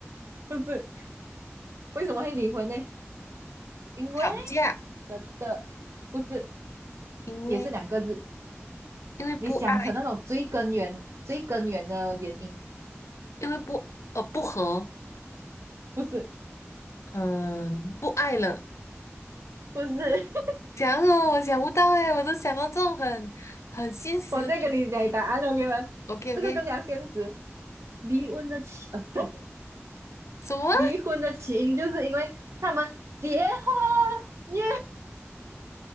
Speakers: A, on the right; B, on the left.
A: 不是？为什么会离婚呢？因为
B: 吵架，
A: 的的，不是，
B: 因为
A: 也是两个字。
B: 因为不爱，
A: 你想成那种最根源、最根源的原因，
B: 因为不呃不和，
A: 不是，
B: 嗯、不爱了。
A: 不是。
B: 讲哦，我想不到哎，我都想到这种很很现实的东西。
A: 我再跟你讲答案，OK 吗？
B: OK
A: 这个更加现实。
B: OK，
A: 离婚的起，呃，不，
B: 什么
A: 离婚的起因就是因为他们结婚耶。